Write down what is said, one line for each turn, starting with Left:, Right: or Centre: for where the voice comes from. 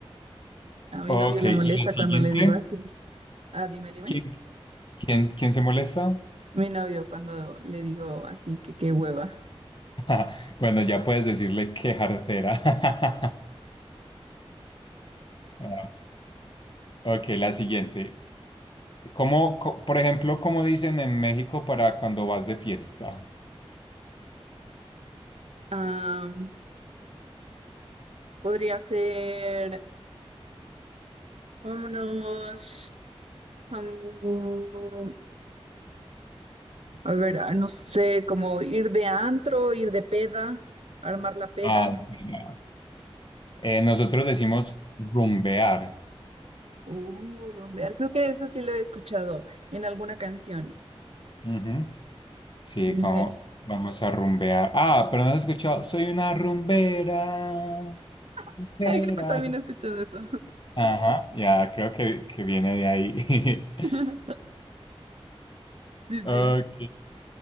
Right: A mi
Left: Ok,
Right: novio le
Left: y
Right: molesta
Left: la siguiente,
Right: cuando le digo así. Ah, dime, dime.
Left: ¿qué, ¿Quién, quién se molesta?
Right: Mi novio cuando le digo así, que qué hueva.
Left: <laughs> Bueno, ya puedes decirle qué jartera. <laughs> Ah, Ok, la siguiente. ¿Cómo, co- por ejemplo, cómo dicen en México para cuando vas de fiesta?
Right: Ah, podría ser, vámonos. mm, a ver, ah, no sé, como ir de antro, ir de peda, armar la peda.
Left: Ah, mira. Eh, nosotros decimos rumbear.
Right: Uh, rumbear. Creo que eso sí lo he escuchado en alguna canción.
Left: Ujú. Sí,
Right: Sí,
Left: como
Right: sí.
Left: vamos a rumbear. Ah, pero no has escuchado. Soy una rumbera.
Right: <laughs>
Left: Rumberas.
Right: Ay, creo que también he escuchado eso.
Left: Ajá, ya, creo que, que viene de ahí. <laughs>
Right: <laughs> Sí,
Left: Ok.
Right: sí.